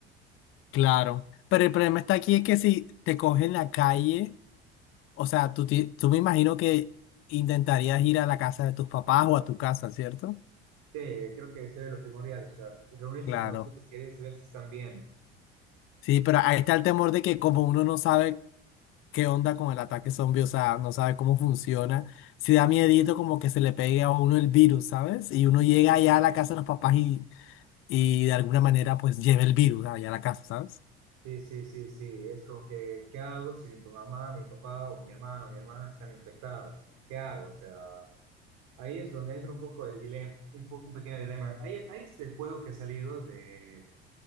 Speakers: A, on the left (about 40°); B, on the right (about 60°).
A: Claro. Pero el problema está aquí es que si te cogen en la calle... O sea, tú, ti- tú me imagino que intentarías ir a la casa de tus papás o a tu casa, ¿cierto?
B: Sí, creo que sería lo primordial, o sea, reunirse
A: Claro.
B: con los seres queridos y ver si están bien.
A: Sí, pero ahí está el temor de que como uno no sabe qué onda con el ataque zombie, o sea, no sabe cómo funciona, si da miedito como que se le pegue a uno el virus, ¿sabes? Y uno llega allá a la casa de los papás y, y de alguna manera pues lleve el virus allá a la casa, ¿sabes?
B: Sí, sí, sí, sí, es como que, ¿qué hago si mi mamá, mi papá o mi hermano o mi hermana están infectados? ¿Qué hago? O sea, ahí es donde entra un poco el dilema, un, po- un pequeño dilema. Hay, hay este juego que ha salido de